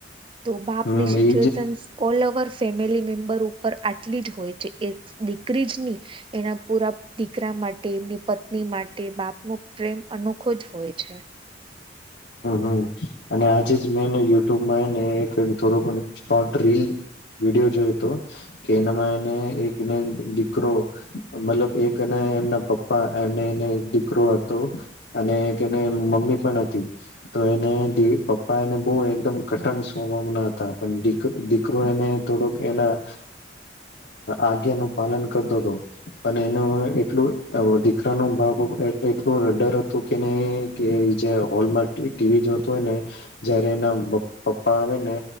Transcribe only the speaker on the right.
તો બાપ
આપની situation
all over family member ઉપર આટલી જ હોય છે એક દીકરી જ નની એના પૂરા દીકરા માટે એમની પત્ની માટે બાપનો પ્રેમ અનોખો જ હોય છે